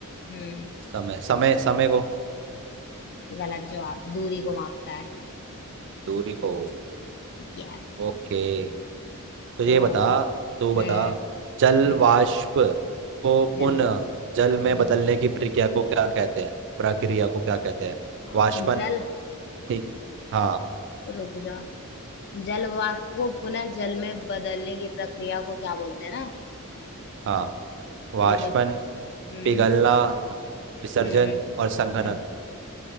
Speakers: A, on the left; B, on the right.
A: हम्म
B: समय समय समय को
A: गलत जवाब दूरी को मापता है
B: दूरी को
A: यस
B: ओके तो ये
A: तो
B: बता
A: हम्म
B: तू बता जल
A: हम्म
B: वाष्प को
A: जल
B: पुनः
A: हम्म
B: जल में बदलने की प्रक्रिया को क्या कहते हैं प्रक्रिया को क्या कहते हैं
A: अ,
B: वाष्पन
A: जल
B: ठीक हाँ
A: रुक जा जल वाष्प को पुनः जल में बदलने की प्रक्रिया को क्या बोलते हैं ना
B: हाँ वाष्पन
A: ठीक है हम्म
B: पिघलना विसर्जन
A: हम्म
B: और संघनन
A: हम्म